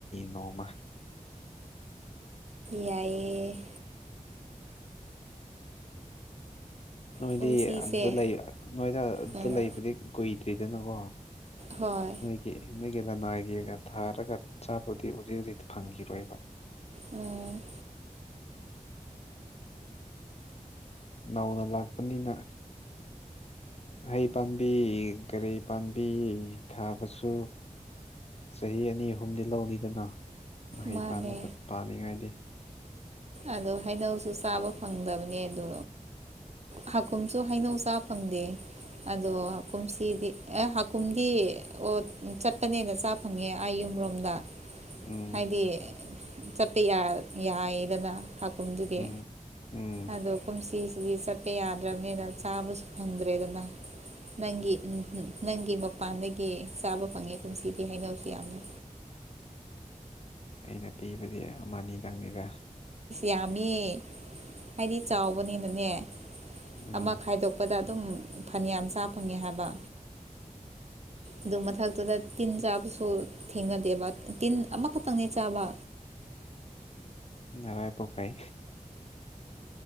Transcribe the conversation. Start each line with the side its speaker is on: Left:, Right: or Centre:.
Left: ꯅꯣꯡꯃ
Right: ꯌꯥꯏ
Left: ꯅꯣꯏꯗꯤ
Right: ꯀꯨꯝꯁꯤꯁꯦ
Left: ꯑꯗꯨꯗ ꯂꯩ ꯅꯣꯏꯗ ꯑꯗꯨꯗ
Right: ꯎꯝ
Left: ꯂꯩꯕꯗꯤ ꯀꯨꯏꯗ꯭ꯔꯤꯗꯅꯀꯣ
Right: ꯍꯣꯏ
Left: ꯅꯣꯏꯒꯤ ꯅꯣꯏꯒꯤ ꯂꯅꯥꯏꯒꯤ ꯑꯣꯏꯅ ꯊꯥꯔꯒ ꯆꯆꯥꯄꯨꯗꯤ ꯍꯧꯖꯤꯛ ꯍꯧꯖꯤꯛ ꯐꯪꯈꯤꯔꯣꯏꯕ <unintelligible>
Right: ꯎꯝ
Left: ꯅꯧꯅ ꯂꯥꯛꯄꯅꯤꯅ ꯍꯩ ꯄꯥꯝꯕꯤ ꯒꯥꯔꯤ ꯄꯥꯝꯕꯤ ꯊꯥꯕꯁꯨ ꯆꯍꯤ ꯑꯅꯤ ꯑꯍꯨꯝꯗꯤ ꯂꯧꯅꯤꯗꯅ ꯃꯍꯩ
Right: ꯃꯥꯅꯦ
Left: ꯄꯥ ꯄꯥꯅꯤꯡꯉꯥꯏꯗꯤ
Right: ꯑꯗꯣ ꯍꯩꯅꯧꯁꯨ ꯆꯥꯕ ꯐꯪꯗꯕꯅꯦ ꯑꯗꯣ ꯍꯥꯀꯨꯝꯁꯨ ꯍꯩꯅꯧ ꯆꯥ ꯐꯪꯗꯦ ꯑꯗꯣ ꯍꯥ ꯀꯨꯝꯁꯤꯗꯤ ꯑꯦ ꯍꯥꯀꯨꯝꯗꯤ ꯑꯣ ꯆꯠꯄꯅꯦꯅ ꯆꯥ ꯐꯪꯉꯦ ꯑꯩ ꯌꯨꯝ ꯑꯃꯔꯣꯝꯗ
Left: ꯎꯝ
Right: ꯍꯥꯏꯗꯤ ꯆꯠꯄ ꯌꯥꯏꯗꯅ ꯍꯥꯀꯨꯝꯗꯨꯒꯤ
Left: ꯎꯝ ꯎꯝ
Right: ꯑꯗꯣ ꯀꯨꯝꯁꯤꯁꯤꯗꯤ ꯆꯠ ꯆꯤꯛꯄ ꯌꯥꯗ꯭ꯔꯕꯅꯤꯅ ꯆꯥꯕꯁꯨ ꯐꯪꯗ꯭ꯔꯦꯗꯅ ꯅꯪꯒꯤ ꯅꯪꯒꯤ ꯃꯄꯥꯟꯗꯒꯤ ꯆꯥꯕ ꯐꯪꯉꯦ ꯀꯟꯁꯤꯗꯤ ꯍꯩꯅꯧꯁꯨ ꯌꯥꯝꯅ
Left: ꯑꯩꯅ ꯄꯤꯕꯗꯤ ꯑꯃꯅꯤꯗꯪꯅꯤꯗ
Right: ꯌꯥꯝꯃꯤ ꯍꯥꯏꯗꯤ ꯆꯥꯎꯕꯅꯤꯅꯅꯦ
Left: ꯎꯝ
Right: ꯑꯃ ꯈꯥꯏꯗꯣꯛꯄꯗ ꯑꯗꯨꯝ ꯐꯅꯌꯥꯝ ꯆꯥ ꯐꯪꯉꯦ ꯍꯥꯏꯕ
Left: ꯍ <unintelligible>
Right: ꯑꯗꯨ ꯃꯊꯛꯇꯨꯗ ꯇꯤꯟ ꯆꯥꯕꯁꯨ ꯊꯦꯡꯅꯗꯦꯕ ꯇꯤꯟ ꯑꯃꯈꯛꯇꯪꯅꯦ ꯆꯥꯕ
Left: ꯅꯔꯥꯏ ꯄꯣꯛ ꯐꯥꯏ